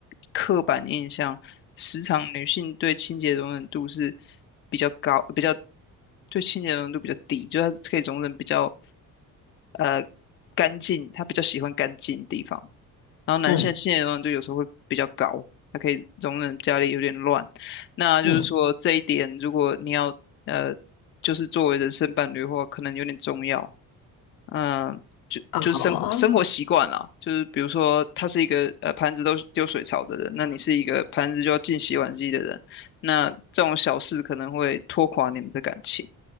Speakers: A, on the left; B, on the left.
A: 刻板印象，时常女性对清洁容忍度是比较高，比较对清洁容忍度比较低，就是她可以容忍比较呃干净，她比较喜欢干净的地方。然后男性新的容忍度有时候会比较高，
B: 嗯
A: 他可以容忍家里有点乱。那就是说这一点，
B: 嗯。
A: 如果你要呃，就是作为人生伴侣的话，可能有点重要。嗯，就就是生活生活习惯啦，
B: 哦
A: 就是比如说他是一个呃盘子都丢水槽的人，那你是一个盘子就要进洗碗机的人，那这种小事可能会拖垮你们的感情。